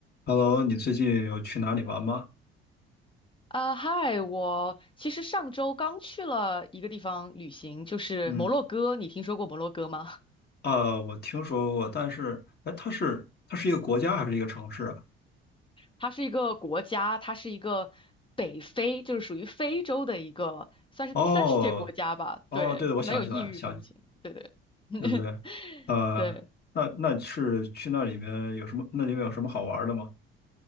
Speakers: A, on the left; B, on the left.
A: Hello，你最近有去哪里玩吗？
B: 啊，嗨，我其实上周刚去了一个地方旅行，就是摩洛哥。
A: 嗯，
B: 你听说过摩洛哥吗？<laughs>
A: 啊，我听说过，但是，哎，它是它是一个国家还是一个城市啊？
B: 它是一个国家，它是一个北非，就是属于非洲的一个，算是第三世界国家吧。
A: 哦，哦，
B: 对，
A: 对，我想起来，
B: 它没有异域风情。
A: 想，
B: 对对 <laughs>，
A: 对不对？呃，
B: 对。
A: 那那是去那里面有什么？那里面有什么好玩的吗？